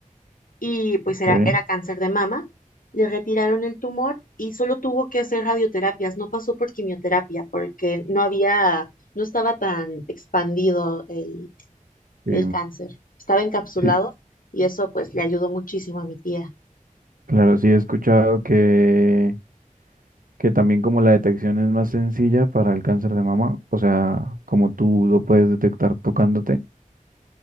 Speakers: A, on the left; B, on the right.
A: y pues era,
B: Ok.
A: era cáncer de mama, le retiraron el tumor y solo tuvo que hacer radioterapias, no pasó por quimioterapia porque no había, no estaba tan expandido el
B: Sí,
A: el cáncer. Estaba encapsulado
B: sí,
A: y eso pues le ayudó muchísimo a mi tía.
B: claro, sí he escuchado que que también como la detección es más sencilla para el cáncer de mama, o sea, como tú lo puedes detectar tocándote,